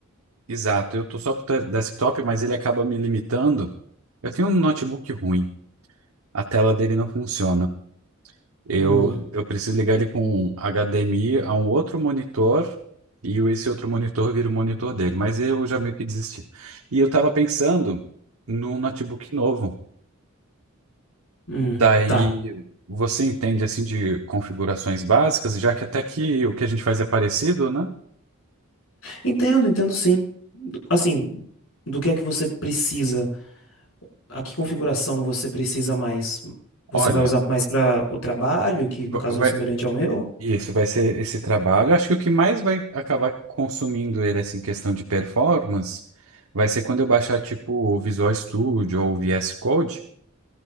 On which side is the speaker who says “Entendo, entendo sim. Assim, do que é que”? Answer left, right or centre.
Left